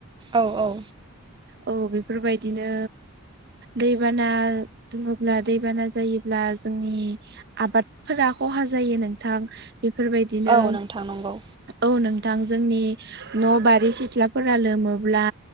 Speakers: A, on the right; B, on the right.
A: औ औ
B: औ बेफोरबायदिनो दैबाना दुङोब्ला दैबाना जायोब्ला जोंनि आबादफोरा खहा जायो नोंथा बेफोरबायदिनो
A: औ नोंथां नंगौ
B: औ नों थां जोंनि न' बारि सिथ्लाफोरा लोमोब्ला